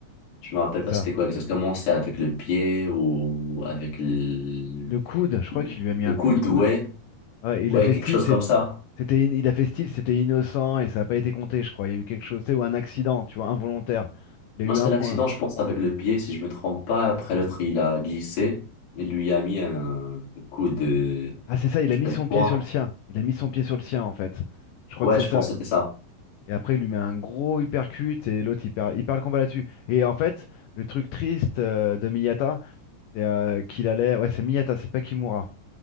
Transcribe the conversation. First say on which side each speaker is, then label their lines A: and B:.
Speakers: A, on the left; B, on the left.
A: Je me rappelle
B: c'est ça.
A: pas c'était quoi exactement. C'est avec le pied ou avec le,
B: Le coude, je crois qu'il lui a mis
A: le
B: un
A: coude,
B: coup de coude.
A: ouais.
B: Ouais, il
A: Ouais,
B: a fait
A: quelque
B: style,
A: chose
B: c'est-
A: comme ça.
B: c'était in- il a fait style, c'était innocent et ça n'a pas été compté, je crois. Il y a eu quelque chose, tu sais, ou un accident, tu vois, involontaire. Il a
A: Non,
B: eu
A: c'était
B: un
A: l'accident,
B: point.
A: je pense, avec le pied, si je me trompe pas. Après, l'autre, il a glissé. Il lui a mis un coup de...
B: Ah, c'est ça, il
A: Tu
B: a mis
A: vois,
B: son
A: de poing.
B: pied sur le sien. Il a mis son pied sur le sien, en fait. Je crois
A: Ouais,
B: que c'est
A: je
B: ça.
A: pense que c'était ça.
B: Et après, il lui met un gros uppercut et l'autre, il perd, il perd le combat là-dessus. Et en fait, le truc triste euh, de Miyata, c'est euh, qu'il allait. Ouais, c'est Miyata, c'est pas Kimura